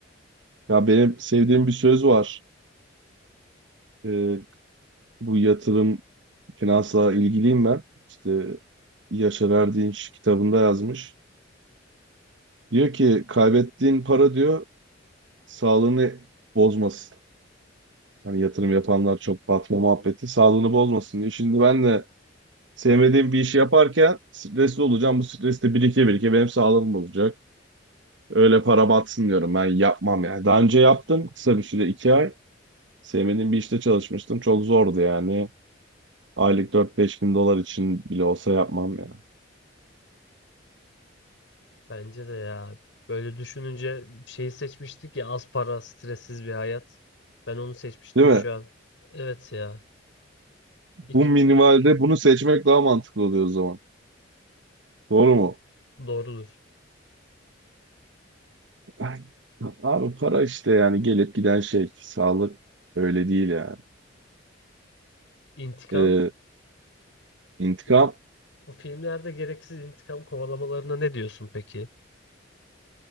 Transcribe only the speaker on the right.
Ya benim sevdiğim bir söz var. E, bu yatırım finansla ilgiliyim ben. İşte Yaşar Erdinç kitabında yazmış. Diyor ki kaybettiğin para diyor sağlığını bozmasın. Hani yatırım yapanlar çok batma muhabbeti sağlığını bozmasın diye. Şimdi ben de sevmediğim bir işi yaparken stresli olacağım. Bu stres de birike birike benim sağlığım olacak. Öyle para batsın diyorum ben yapmam yani. Daha önce yaptım kısa bir süre iki ay. Sevmediğim bir işte çalışmıştım. Çok zordu yani. Aylık dört beş bin dolar için bile olsa yapmam ya.
Değil mi?
Bu minimalde
bunu seçmek daha mantıklı oluyor o zaman. Doğru mu?
Ay, Abi para işte yani gelip giden şey. Sağlık öyle değil yani.
Ee, intikam